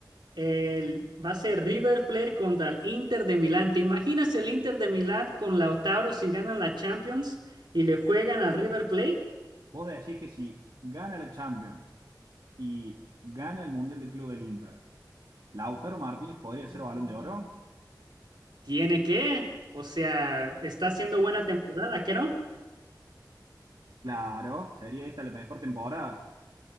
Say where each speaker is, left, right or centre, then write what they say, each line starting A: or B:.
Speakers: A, on the right; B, on the right.
A: El, va a ser River Plate contra el Inter de Milán. ¿Te imaginas el Inter de Milán con Lautaro si ganan la Champions y le juegan al River Plate?
B: Vos decís que si gana la Champions y gana el Mundial de Club del Inter, ¿Lautaro Martínez podría ser Balón de Oro?
A: Tiene que, o sea, está haciendo buena temporada, ¿qué no?
B: Claro, sería esta la mejor temporada.